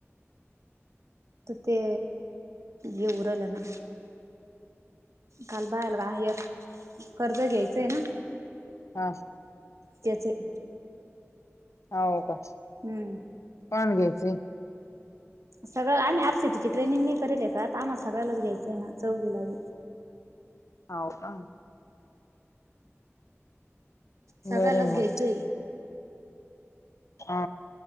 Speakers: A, on the right; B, on the left.
A: त ते येऊ राहील ना काल बायाला <unintelligible> कर्ज घ्यायचंय ना.
B: हा
A: त्याचे
B: हाव का
A: हम्म
B: कोणाला घ्यायचं आहे?
A: सगळं आम्ही आर सी टीची ट्रेनिंग नाही करेलय का त आम्हाला सगळ्याच घ्यायचं ना चौघीला बी. <inaudible>
B: हाव का
A: सगळ्यालाच
B: बरं आहे मग
A: घ्यायचंय.
B: आ